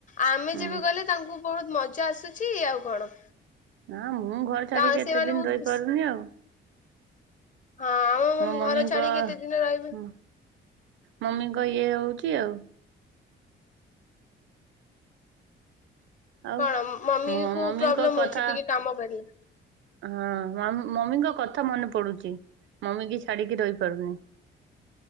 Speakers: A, on the left; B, on the right.
A: ଆମେ
B: ହୁଁ
A: ଯେବେ ଗଲେ ତାଙ୍କୁ ବହୁତ ମଜା ଆସୁଛି ଆଉ କଣ।
B: ହଁ ମୁଁ ଘର ଛାଡିକି
A: ତ
B: ଏତେ
A: ସେମାନେ
B: ଦିନ
A: ବହୁତ
B: ରହିପାରୁନି
A: ଖୁସି
B: ଆଉ।
A: ହଁ ଆମ ମମ
B: ମୋ
A: ଘର
B: ମମିଙ୍କ
A: ଛାଡି କେତେ
B: ହଁ।
A: ଦିନ ରହିବେ
B: ମମିଙ୍କ ଇଏ ହଉଛି ଆଉ। ଆଉ
A: କଣ ମମି
B: ମୋ
A: କୁ
B: ମମିଙ୍କ
A: ପ୍ରୋବ୍ଲେମ ହଉଛି
B: କଥା।
A: ଟିକେ କାମ କରିବା
B: ହଁ ମମ ମମିଙ୍କ କଥା ମନେ ପଡୁଛି ମମି କି ଛାଡିକି ରହିପାରୁନି।